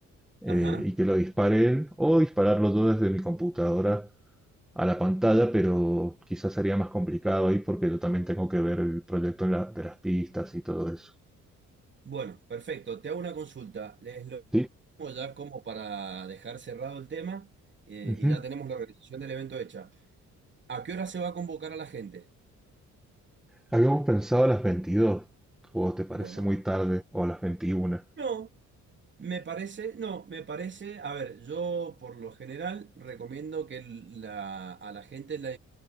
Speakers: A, in the centre; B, on the right (about 40°).
A: eh,
B: Ajá.
A: y que lo dispare él, o dispararlo yo desde mi computadora a la pantalla, pero quizás sería más complicado ahí porque yo también tengo que ver el proyecto en la- de las pistas y todo eso.
B: Bueno, perfecto. Te hago una consulta. Les lo
A: Sí.
B: pongo ya como para dejar cerrado el tema eh,
A: Ujú.
B: y ya tenemos la organización del evento hecha. ¿A qué hora se va a convocar a la gente?
A: Habíamos pensado a las 22, o te parece
B: Bueno,
A: muy tarde, o a las 21.
B: no, me parece, no, me parece, a ver, yo por lo general recomiendo que la, a la gente la,